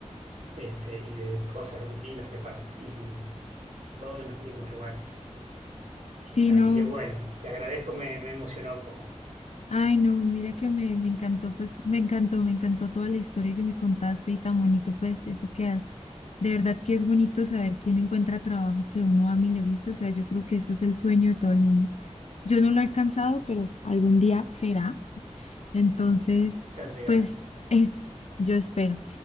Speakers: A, on the right; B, on the left.
A: este, y de cosas lindas que pasan, y todo en los mismos lugares.
B: Sí,
A: Así
B: no.
A: que bueno, te agradezco, me, me emocionó un poco.
B: Ay, no, mira que me, me encantó, pues me encantó, me encantó toda la historia que me contaste y tan bonito, pues eso que has. De verdad que es bonito saber quién encuentra trabajo que uno ama y le guste, O sea, yo creo que ese es el sueño de todo el mundo. Yo no lo he alcanzado, pero algún día será. Entonces,
A: Ya llegará.
B: pues es, yo espero.